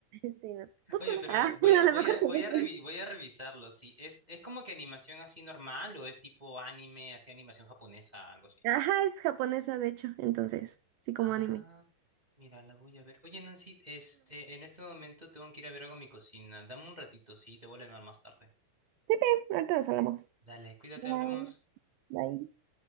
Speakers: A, on the right; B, on the right.
A: Sí, no. Búscala.
B: Oye, pero
A: Ah,
B: voy
A: <laughs>
B: a,
A: a lo
B: voy
A: mejor
B: a,
A: te
B: voy
A: gusta.
B: a revi- voy a revisarlo. Sí, es, es como que animación así normal o es tipo anime, así animación japonesa, algo así.
A: Ajá, es japonesa, de hecho, entonces, sí, como
B: Ah,
A: anime.
B: mira, la voy a ver. Oye, Nancy, este, en este momento tengo que ir a ver algo a mi cocina. Dame un ratito, sí, te vuelvo a llamar más tarde.
A: Sí, bien, ahorita nos hablamos.
B: Dale, cuídate,
A: Bye.
B: hablemos.
A: Bye.